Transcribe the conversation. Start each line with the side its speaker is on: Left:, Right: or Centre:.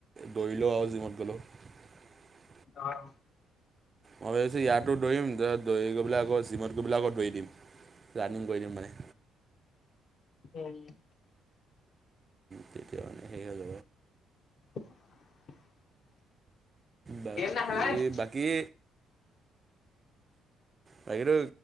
Right: দৌলেও আৰু জিমত হলো <unintelligible>
Left: অঁ।
Right: মই ভাবিছো ইয়াতো দৌৰিম তাৰত দৌৰি গৈ পেলাই আকৌ চিমট গৈ পেলাই আকৌ দৌৰি দিম। ৰানিং কৰি দিম মানে।
Left: উম।
Right: তেতিয়া মানে হেৰি হৈ যাব
Left: <unintelligible>
Right: বাকী
Left: নেখেলা নি?
Right: বাকী বাকীটো